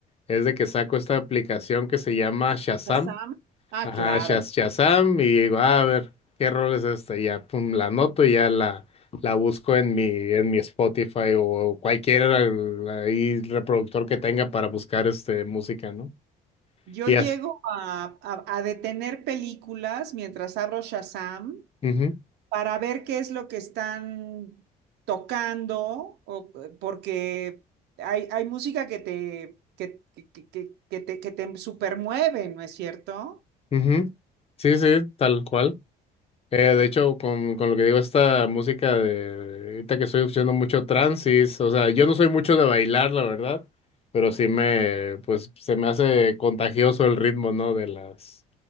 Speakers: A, on the left; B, on the right.
A: es de que saco esta aplicación que se llama Shazam.
B: Shazam. Ah,
A: Ajá,
B: claro.
A: Shaz- Shazam y digo, "Ah, a ver, ¿qué rol es esta? Y ya, pum, la anoto y ya la, la busco en mi, en mi Spotify o, cualquier al- ahí reproductor que tenga para buscar este música, ¿no?
B: Yo
A: Y
B: llego
A: así.
B: a, a- a detener películas mientras abro Shazam
A: ujú,
B: para ver qué es lo que están tocando, o, eh, porque hay, hay música que te, que, que, que, que- que te, que te supermueve, ¿no es cierto?
A: ujú. Sí, sí, tal cual. Eh, de hecho, con, con lo que digo, esta música de ahorita que estoy escuchando mucho trance, es- o sea, yo no soy mucho de bailar, la verdad, pero sí me, pues, se me hace contagioso el ritmo, ¿no? De las